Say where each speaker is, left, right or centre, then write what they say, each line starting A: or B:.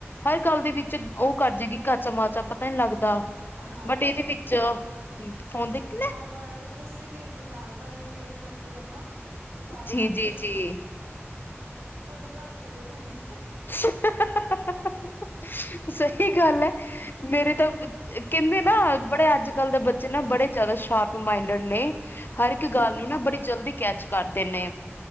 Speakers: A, on the left (about 45°); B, on the right (about 70°).
A: ਹਰ ਗੱਲ ਦੇ ਵਿੱਚ ਉਹ ਕਰ ਜੇਗੀ ਕਾਚਾ ਮਾਚਾ ਪਤਾ ਨੀ ਲੱਗਦਾ
B: ਹਾਂ
A: ਬਟ ਇਹਦੇ ਵਿੱਚ ਫੋਨ ਦੇਖ
B: ਇਹ ਵਰਡ ਤੁਸੀਂ ਵੀ ਇਹਨੂੰ ਬਾਰ ਬਾਰ ਰਿਪੀਟ ਕਰਦੇ ਹੋ ਨਾ ਤਾਂ
A: ਜੀ
B: ਕਰਕੇ।
A: ਜੀ ਜੀ
B: ਉਹਨੂੰ ਰਟ ਕੇ ਦੇਣੇ।
A: <inaudible> ਸਹੀ ਗੱਲ ਹੈ ਮੇਰੇ ਤਾਂ ਕਹਿੰਦੇ ਨਾ ਬੜੇ ਅੱਜ ਕੱਲ ਦੇ ਬੱਚੇ ਨਾ ਬੜੇ ਜਿਆਦਾ ਸ਼ਾਰਪ ਮਾਇੰਡੇਡ ਨੇ
B: ਹਾਂ
A: ਹਰ ਇੱਕ ਗੱਲ ਨੂੰ ਨਾ ਬੜੀ ਜਲਦੀ ਕੈਚ ਕਰਦੇ ਨੇ